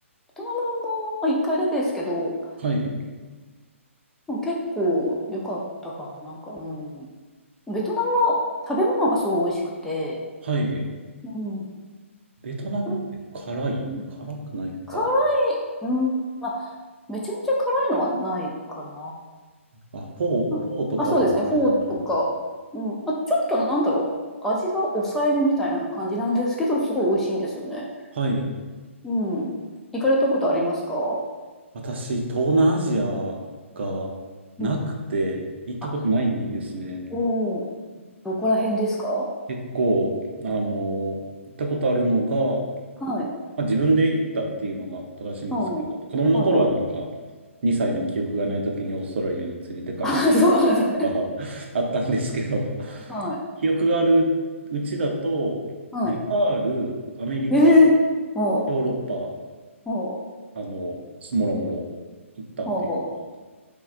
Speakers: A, in the centre; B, on the right.
A: トナムもまあ一回だけですけど、
B: はい。
A: でも結構良かったかな。なんか、うん。ベトナムは食べ物がすごい美味しくて、
B: はい。
A: うん。
B: ベトナムって辛い辛くないか。
A: うん辛い、うん、まあめちゃめちゃ辛いのはないかな。
B: あ、フォー、
A: なあ、
B: フォーとかは、
A: そうですね。フォーとか。
B: あの
A: うん。まあ、ちょっとなんだろう。味が抑えめみたいな感じなんですけど、すごい美味しいんですよね。
B: はい。
A: うん。行かれたことありますか
B: 私、東南アジアがなくて、
A: うん。
B: 行ったことないですね。
A: あ、おー、どこら辺ですか
B: 結構、あの、行ったことあるのが、
A: はい。
B: まあ、自分で行ったっていうのが正しいんですけど、
A: うん。はいはい。
B: 子供の頃はなんか、2歳の記憶がない時にオーストラリアに連れてかれたり
A: あ、そうなんですね。
B: とか <laughs> あったんですけど、
A: はい。
B: 記憶があるうちだと、
A: はい。
B: ネパール、アメリカ、
A: ええほう、
B: ヨーロッパ、
A: ほう、
B: あの、もろもろ行ったっていうのが
A: ほう、ほ